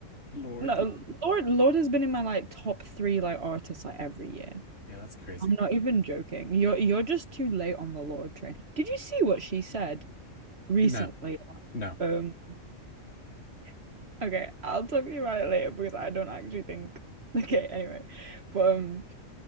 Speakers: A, on the left (about 50°); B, on the right (about 50°).
A: Lord.
B: No, Lord, Lord has been in my like top three like artists like every year.
A: Yeah, that's crazy.
B: I'm not even joking. You're you're just too late on the Lord train. Did you see what she said recently?
A: No, no.
B: Um, <laughs> okay, I'll talk to you about it later because I don't actually think. <laughs> Okay, anyway, but um.